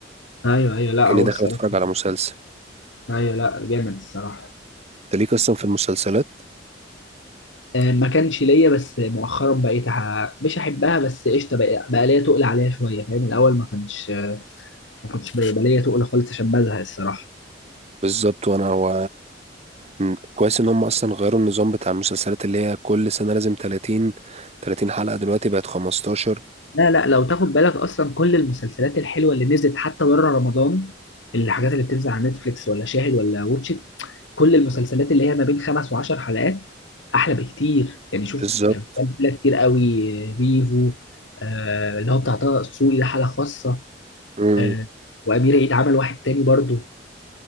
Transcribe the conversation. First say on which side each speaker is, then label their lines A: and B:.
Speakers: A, on the left; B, on the right.
A: ايوه ايوه لا
B: كأني
A: هو
B: داخل
A: الصراحة
B: اتفرج على مسلسل
A: ايوه لا جامد الصراحة
B: انت ليك اصلا في المسلسلات
A: آه، ما كانش ليا بس مؤخرا بقيت أح- مش احبها بس قشطه بقى, بقى ليا تقل عليها شويه فاهم الاول ما كانش ما كنتش بيبقى ليا تقل خالص عشان بزهق الصراحه
B: بالظبط وانا هو م- كويس ان هم اصلا غيروا النظام بتاع المسلسلات اللي هي كل سنة لازم 30 30 حلقة دلوقتي بقت 15
A: لا لا لو تاخد بالك اصلا كل المسلسلات الحلوه اللي نزلت حتى بره رمضان الحاجات اللي بتنزل على نتفليكس ولا شاهد ولا واتشت كل المسلسلات اللي هي ما بين خمس وعشر حلقات احلى بكتير يعني شوف
B: بالظبط
A: كان في امثله كتير قوي ريفو آه، اللي هو بتاع طه دسوقي ده حاله خاصه
B: مم.
A: آه، وامير عيد عمل واحد تاني برضه